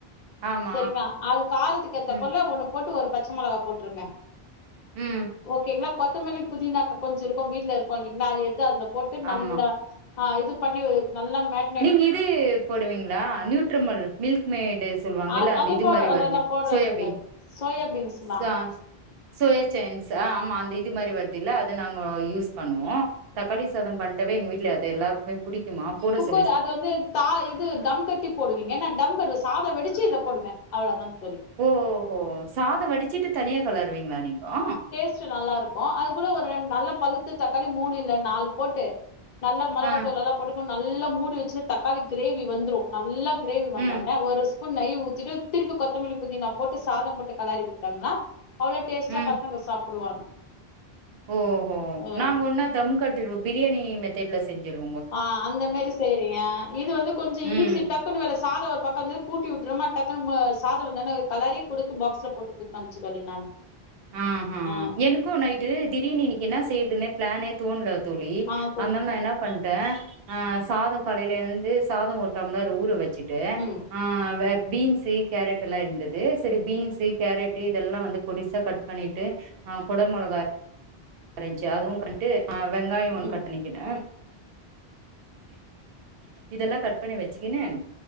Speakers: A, on the right; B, on the left.
A: ஆமா
B: செரிங்கா அது காரத்துக்கு ஏத்த
A: ம்
B: பொள்ள ஒண்ணு போட்டு ஒரு பச்ச மெளகா போட்ருங்க
A: ம்
B: ஓகேங்ளா கொத்தமல்லி புதினாக்க கொஞ்சு இருக்கு வீட்ல இருக்கு இல்லிங்ளா அது எத்து அதுல போட்டு நல்லா
A: ஆமா
B: ஆ இது பண்ணி நல்லா மேக்
A: நீங்கிதூ போடுவீங்ளா நியூட்ரமுல் மில்க் மேடுஸ் சொல்வாங்கில்ல
B: அது
A: அந்த
B: அது
A: இது
B: போடு
A: மாரி
B: அதெல்லா
A: வருமே
B: போடுறது
A: சோயாபீன்
B: இல்ல சோயா பீன்ஸ்தா
A: சாஸ் சோயா ச்சேன்ஸ் ஆ ஆமா அந்த இது மாரி வர்தில்ல அத நாங்கோ யூஸ் பண்ணுவோ தக்காளி சாதம் பண்ட்டவே எங்க வீட்ல அது எல்லாருக்மே புடிக்குமா புருஸ்
B: கொர் அது வந்து தா இது தம் கட்டி போடுவீங்க நா டம் கட்ல சாத வெடிச்சு இத்ல போடுவே அவ்வளதா தோழி
A: ஓஹோ சாதம் வடிச்சிட்டு தனியா கலருவீங்ளா நீங்கோ
B: ச்சு நல்லா இருக்கு அதுக்கூட ஒர் ரெண் நல்ல பழுத்த தக்காளி மூணு இல்ல நாலு போட்டு நல்லா மெளகாத்தூள்
A: ஆ
B: எல்லா போட்டுக்குன் நல்லா மூடி வெச்சு தக்காளி கிரேவி வந்துரு நல்லா கிரேவி வந்தோனே
A: ம்
B: ஒரு ஸ்பூன் நய் ஊத்திட்டு திருப்பி கொத்தமல்லி புதினா போட்டு சாதம் போட்டு கலரி குத்தோம்னா அவ்ளோ டேஸ்டா
A: ம்
B: பசங்க சாப்புடுவாங்க
A: ஓஹோ
B: ம்
A: நாங்குன்னா தம் கட்டிர்வோ பிரியாணி மெத்தட்ல செஞ்சிருவோ
B: ஆஹ் அந்த மெரி செய்றீங்கா இது வந்து கொஞ்சி
A: ம்
B: ஈசி டப் டக்குனு வேல சாத ஒரு பக்கந்து கூட்டி வுட்ருமா டக்குனு மோ சாத வந்தன்ன கலரே குடுத்து பாக்ஸ்ல போட்டு குத்தனுச்சு தோழி நானு
A: ஆஹ
B: ஆ
A: எனக்கு நைட்டு திடீர்னு இன்னைக்கு என்ன செய்றதுன்னே பிளானே தோண்ல தோழி
B: ஆ சரி
A: அந்தமா என்னா பண்ட்ட ஆ சாதோ காலைல எழ்ந்து சாதோ ஒரு டம்ளர் ஊற வச் சுட்டு
B: ம்
A: ஆ வப் பீன்ஸு கேரட் எல்லா இருந்துது செரி பீன்ஸு கேரட்டு இதெல்லா வந்து பொடிசா கட் பண்ணீட்டு அ கொட மொளகா இருந்ச்சு அதுவு பண்ட்டு அ வெங்காயோ ஒன்
B: ம்
A: கட் பண்ணி கின இதெல்லா கட் பண்ணி வச்சிக்கினு